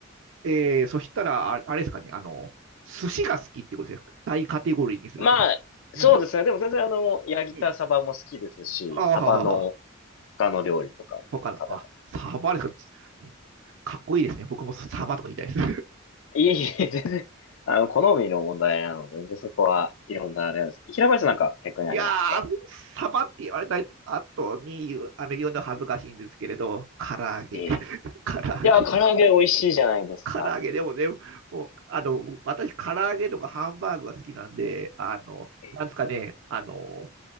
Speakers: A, on the right; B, on the left.
A: えー、そしたら、あ、あれですかね。あの、寿司が好きってことですよ。大カテゴリーにすると。
B: まあ、
A: うん。
B: そうですね。でも全然あの、焼いたサバも好きですし、
A: うん。ああ、
B: サバの他の料理とかも結構食べます。
A: 他の、あ、サバですか。かっこいいですね。僕もサバとか言いたいです。
B: いえいえ、全然、あの、好みの問題なので、全然そこはいろんなあれなんです。平林さんなんか逆にありますか
A: いやー、サバって言われた後に言う、あの言うの恥ずかしいんですけれど、唐揚げ、
B: ええ。い
A: <laughs> 唐揚げ、
B: や、唐揚げ美味しいじゃないですか。
A: 唐揚げでもね、もう、あの、私、唐揚げとかハンバーグが好きなんで、あの、
B: ええ
A: なんですかね、あの、